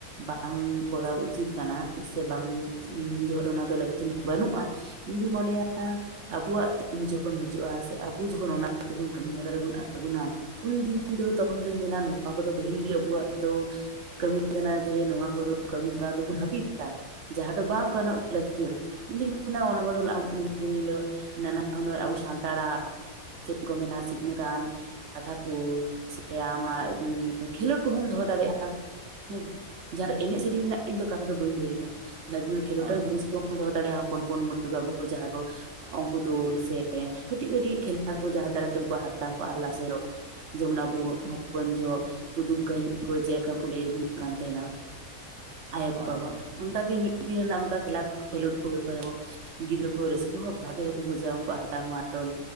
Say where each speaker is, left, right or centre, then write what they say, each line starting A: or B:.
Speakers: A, on the right; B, on the right.
A: ᱵᱟᱝ ᱠᱚᱨᱟᱣ ᱩᱪᱤᱛ ᱠᱟᱱᱟ ᱥᱮ ᱵᱟᱝ ᱩᱱᱤ ᱡᱚᱦᱚᱜ ᱫᱚ ᱚᱱᱟ ᱫᱚ ᱞᱟᱹᱠᱛᱤ ᱵᱟᱹᱱᱩᱜᱼᱟ᱾ ᱤᱧ ᱫᱩᱧ ᱢᱚᱱᱮᱭᱟ ᱟᱵᱩᱣᱟᱜ ᱫᱤᱱ ᱡᱚᱠᱷᱚᱱ ᱦᱤᱡᱩᱜᱼᱟ ᱥᱮ ᱟᱵᱚ ᱡᱚᱠᱷᱚᱱ ᱚᱱᱟ ᱠᱟᱹᱢᱤ ᱦᱚᱨᱟ ᱨᱮᱵᱚᱱ ᱟᱬᱜᱚᱱᱟ ᱩᱱᱫᱤᱱ ᱫᱚ ᱛᱚᱠᱷᱚᱱ ᱫᱚᱧ ᱢᱮᱱᱟ ᱱᱚᱣᱟ ᱠᱚᱫᱚ ᱯᱟᱹᱦᱤᱞ ᱜᱮ ᱟᱵᱚᱣᱟᱜ ᱫᱚ ᱠᱟᱹᱢᱤ ᱠᱟᱱᱟ ᱡᱮ ᱱᱚᱣᱟ ᱠᱚᱫᱚ ᱠᱟᱹᱢᱤ ᱦᱚᱨᱟ ᱫᱚᱵᱚᱱ ᱦᱟᱹᱯᱤᱫᱟ ᱡᱟᱦᱟᱸ ᱫᱚ ᱵᱟᱝ ᱜᱟᱱᱚᱜ ᱞᱟᱹᱠᱛᱤᱭᱟᱱ ᱾ ᱤᱧ ᱫᱩᱧ ᱢᱮᱱᱟ ᱚᱱᱟ ᱵᱚᱫᱚᱞ ᱩᱱ ᱫᱤᱱ ᱦᱤᱞᱳᱜ ᱱᱟᱱᱟᱦᱩᱱᱟᱹᱨ ᱟᱵᱚ ᱥᱟᱱᱛᱟᱲᱟᱜ ᱪᱮᱫ ᱠᱚ ᱢᱮᱱᱟ ᱥᱤᱠᱷᱱᱟᱹᱛ ᱟᱱ ᱾ ᱠᱟᱛᱷᱟ ᱠᱚ ᱥᱮ ᱟᱢᱟᱜ ᱠᱷᱮᱞᱳᱰ ᱠᱚᱦᱚᱸᱢ ᱫᱚᱦᱚ ᱫᱟᱲᱮᱜᱼᱟ ᱾ ᱦᱮᱸᱥᱮ ᱡᱟᱦᱟᱸ ᱮᱱᱮᱡ ᱥᱮᱨᱮᱧ ᱨᱮᱱᱟᱜ ᱤᱧ ᱫᱚ ᱠᱟᱛᱷᱟ ᱫᱚ ᱵᱟᱹᱧ ᱞᱟᱹᱭᱫᱟ ᱡᱟᱦᱟᱸ ᱠᱷᱮᱞᱳᱰ
B: ᱦᱳᱭ
A: ᱨᱮᱱ
B: ᱦᱳᱭ
A: ᱡᱤᱱᱤᱥ ᱠᱚ ᱫᱚᱦᱚ ᱫᱟᱲᱮᱜᱼᱟ, ᱦᱚᱯᱚᱱ ᱯᱚᱱ ᱢᱟᱹᱭ ᱵᱟᱹᱵᱩ ᱠᱚ ᱡᱟᱦᱟᱸ ᱫᱚ ᱳᱝᱠᱳ ᱫᱚ ᱥᱮ ᱠᱟᱹᱴᱤᱡ ᱠᱟᱹᱴᱤᱡ ᱠᱷᱮᱞᱱᱟ ᱠᱩ ᱡᱟᱦᱟᱸ ᱫᱟᱨᱟᱭ ᱛᱮ ᱩᱱᱠᱩᱣᱟᱜ ᱦᱟᱛᱟᱝ ᱠᱚ ᱟᱨᱚ ᱞᱟᱥᱮᱨᱚᱜ ᱾ ᱡᱮᱢᱚᱱ ᱟᱵᱚ ᱦᱚᱯᱚᱱ ᱡᱚᱦᱚᱜ ᱠᱩᱫᱩᱢ ᱠᱟᱹᱦᱱᱤ ᱠᱚ ᱪᱮ ᱟᱠᱟ ᱠᱩ ᱞᱮᱭ ᱵᱚᱱ ᱠᱟᱱ ᱛᱟᱦᱮᱱᱟ ᱾ ᱟᱭᱳᱼᱵᱟᱵᱟ
B: ᱦᱳᱭ ᱦᱳᱭ
A: ᱚᱱᱠᱟᱜ ᱜᱮ ᱢᱤᱫ ᱫᱤᱱ ᱨᱮᱱᱟᱜ ᱚᱱᱠᱟ ᱠᱷᱮᱞᱟ ᱠᱷᱮᱞᱳᱰ ᱠᱚ ᱦᱩᱭᱩᱜ ᱠᱟᱱᱟᱵᱚ ᱜᱤᱫᱽᱨᱟᱹ ᱠᱚᱦᱚᱸ ᱨᱟᱹᱥᱠᱟᱹ ᱦᱚᱸ ᱵᱷᱟᱜᱮ ᱦᱚᱸᱠᱚ ᱵᱩᱡᱟ ᱩᱱᱠᱩᱣᱟᱜ ᱦᱟᱛᱟᱝ ᱦᱚᱸ ᱟᱨᱚᱞ